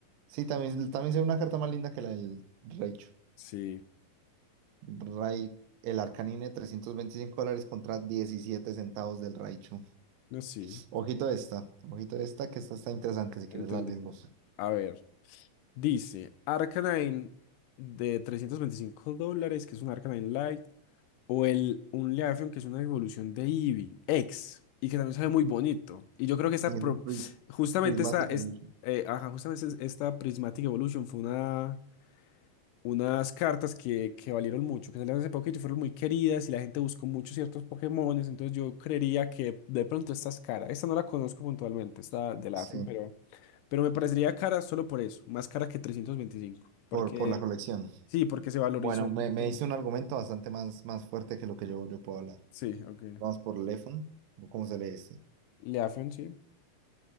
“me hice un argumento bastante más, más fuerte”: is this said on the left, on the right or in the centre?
Right